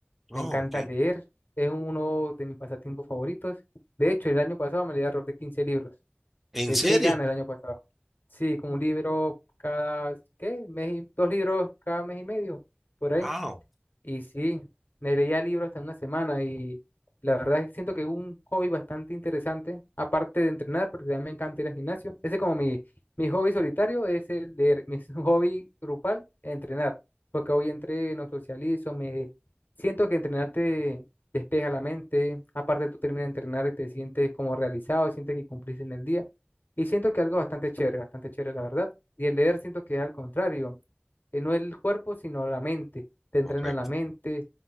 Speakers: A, in the centre; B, on the left (about 55°).
A: No,
B: me encanta
A: ok.
B: leer, es uno de mis pasatiempos favoritos. De hecho, el año pasado me leí alrededor de 15 libros,
A: ¿En
B: le
A: serio?
B: eché ganas el año pasado. Sí, como un libro cada, ¿qué? Mes y- dos libros cada mes y medio, por
A: Wow.
B: ahí. Y sí, me leía libros hasta una semana y la verdad es que siento que es un hobby bastante interesante, aparte de entrenar, porque también me encanta ir al gimnasio. Ese es como mi, mi hobby solitario, es el leer. Mi <laughs> hobby grupal, entrenar, porque hoy entreno, socializo, me siento que entrenar te despeja la mente, aparte tú terminas de entrenar y te sientes como realizado, sientes que cumpliste en el día. Y siento que algo bastante chévere, bastante chévere, la verdad. Y el leer siento que es al contrario eh, no el cuerpo, sino la mente. Te entrena
A: Correcto.
B: la mente,